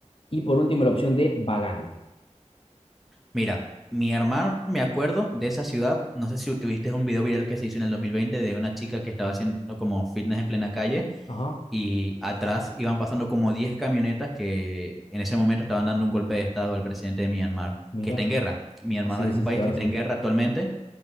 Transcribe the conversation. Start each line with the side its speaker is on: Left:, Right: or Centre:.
Left: Y por último la opción D, Bagán.
Centre: Mira, Myanmar, me acuerdo de esa ciudad. No sé si tuviste un video viral que se hizo en el 2020 de una chica que estaba haciendo como fitness en plena calle
Left: Ajá,
Centre: y atrás iban pasando como 10 camionetas que en ese momento estaban dando un golpe de estado al presidente de Myanmar,
Left: mira.
Centre: que está en guerra. Myanmar
Left: Ah, sí,
Centre: es
Left: sí,
Centre: un país
Left: sí, ahora
Centre: que está
Left: sí.
Centre: en guerra actualmente.